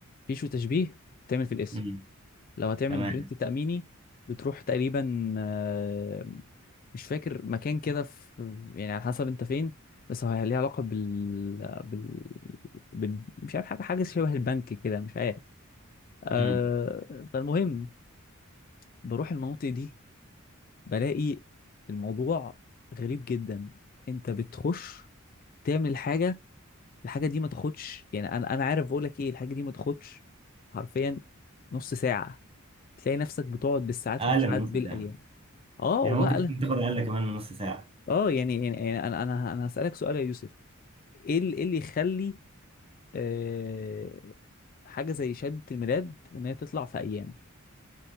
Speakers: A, on the left (about 40°); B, on the right (about 25°).
A: فيشو تشبيه تعمل في الاسم
B: امم
A: لو هتعمل
B: تمام
A: برنت تأميني بتروح تقريبا آه، مش فاكر مكان كده في يعني على حسب انت فين بس هو ليه علاقة بال... بال... بال... مش عارف حاجة حاجة شبه البنك كده مش عارف آه،
B: امم
A: فالمهم بروح المناطق دي بلاقي الموضوع غريب جدا انت بتخش تعمل حاجة الحاجه دي ما تاخدش يعني انا انا عارف بقول لك ايه الحاجه دي ما تاخدش حرفيا نص ساعه تلاقي نفسك بتقعد بالساعات
B: اقل
A: وساعات
B: من نص
A: بالايام
B: ساعه
A: اه والله
B: يعني ممكن
A: قال
B: تكون تاخد اقل كمان من نص ساعه
A: اه يعني يعني يعني انا انا انا هسالك سؤال يا يوسف ايه ال- إيه اللي يخلي آه حاجه زي شهاده الميلاد ان هي تطلع في ايام